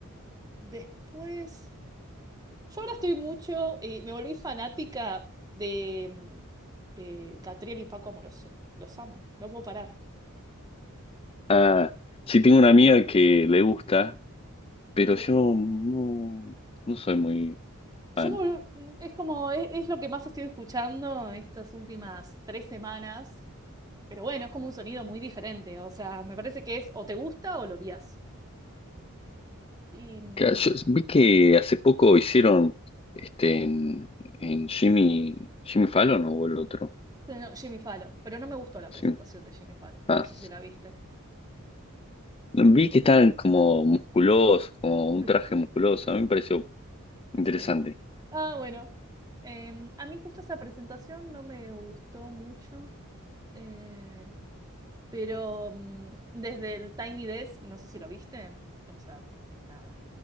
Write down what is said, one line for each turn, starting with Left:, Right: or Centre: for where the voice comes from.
Right: después, yo ahora estoy mucho y me volví fanática de mm, eh, Catriel y Paco Amoroso. Los amo, no puedo parar.
Left: Ah, sí, tengo una amiga que le gusta, pero
Right: Eh,
Left: yo no, no soy muy fan.
Right: yo me volv- mm, es como, es, es lo que más estoy escuchando estas últimas tres semanas. Pero bueno, es como un sonido muy diferente. O sea, me parece que es o te gusta o lo odias. Y mm,
Left: Claro, yo vi que hace poco hicieron este en, en Jimmy, Jimmy Fallon ¿no? o el otro.
Right: no, Jimmy Fallon, pero no me gustó la
Left: si
Right: presentación
Left: no
Right: de Jimmy Fallon,
Left: Ah,
Right: no sé si la viste.
Left: vi que estaban como musculosos, como un
Right: <laughs>
Left: traje musculoso. A mí me pareció interesante.
Right: Sí. Ah, bueno. Em, a mí justo esa presentación no me gustó mucho, eh, pero mm, desde el Tiny Desk, no sé si lo viste, o sea, nada,